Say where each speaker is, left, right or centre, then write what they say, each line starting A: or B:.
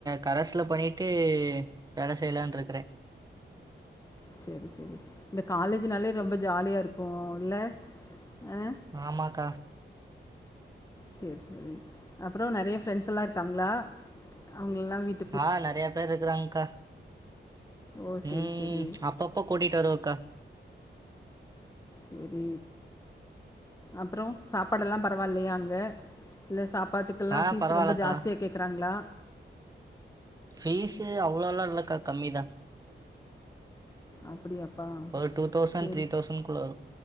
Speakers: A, on the right; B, on the left.
A: கரஸ்ல பண்ணிட்டு வேல செய்யலான்னு இருக்கற
B: சரி சரி இந்த காலேஜ்னாலே ரொம்ப ஜாலியா இருக்கு இல்ல ஆ
A: ஆமாக்கா
B: செரி செரி அப்றம் நெறைய ஃப்ரெண்ட்ஸ்ல்லாம் இருக்காங்களா அவங்களல்லாம் வீட்டு
A: ஆ நெறைய பேர் இருக்கறாங்க்கா
B: ஓ சரி
A: ம்
B: சரி
A: அப்பப்பா கூட்டிட்டு வருவேன் கா
B: சரி அப்றோ சாப்பாடெல்லா பரவால்லையா அங்க இல்ல சாப்பாட்டு அங்கலாம்
A: ஆ
B: பீஸ்
A: பரவால்லக்கா
B: ரொம்ப ஜாஸ்தியாக கேக்றாங்களா
A: ஃபீஸ் அவ்வளோலா இல்லக்கா கம்மி தா
B: அப்படியாப்பா
A: ஒரு டூ தௌசண்ட்
B: சரி
A: த்ரீ தௌசண்ட் குள்ள வரு